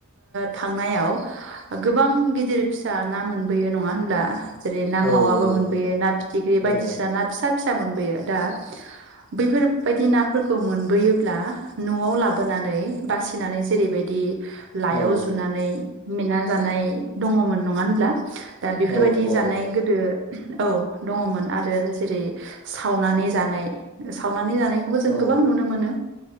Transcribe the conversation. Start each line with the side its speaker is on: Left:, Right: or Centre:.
Right: थांनायाव गोबां गिदिर फिसा ना मोनबोयो नङा होनब्ला? जेरै ना
Left: औ
Right: मावाबो
Left: नंगौ
Right: मोनबोयो
Left: नंगौ
Right: ना फिथिख्रि बायदिसिना
Left: औ
Right: ना फिसा फिसा मोनबोयो दा बैफोरबायदि नाफोरखौ मोनबोयोब्ला न'आव लाबोनानै बासिनानै जेरैबायदि लायाव
Left: औ
Right: जुनानै मेना जानाय दङमोन नङा होनब्ला? दा बेफोरबायदि
Left: औ नंगौ
Right: जानाय
Left: नंगौ
Right: गोदो औ दङमोन आरो जेरै सावनानै जानाय स स <unintelligible> नानै जानायखौबो जों
Left: औ
Right: गोबां नुनो मोनो,